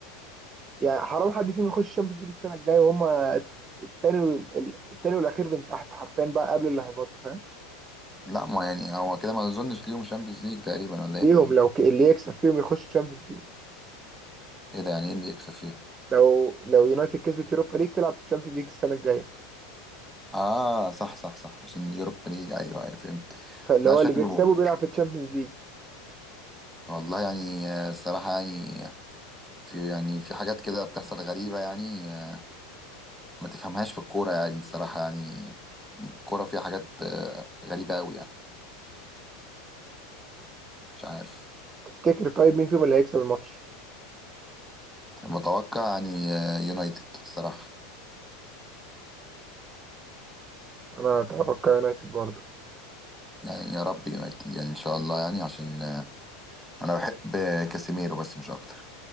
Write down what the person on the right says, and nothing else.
يعني حرام حد فيهم يخش الشامبيونز ليج السنه الجايه وهما التاني وال- التاني والاخير من تحت حرفيا بقى قبل اللي هيبطوا فاهم
ليهم لو ك... اللي يكسب فيهم يخش الشامبيونز ليج
لو لو يونايتد كسبت يوروبا ليج تلعب في الشامبيونز ليج السنه الجايه
فاللي
هو
اللي بيكسبه بيلعب في الشامبيونز ليج
تفتكر طيب مين فيهم اللي هيكسب الماتش
انا اتوقع يونايتد برضه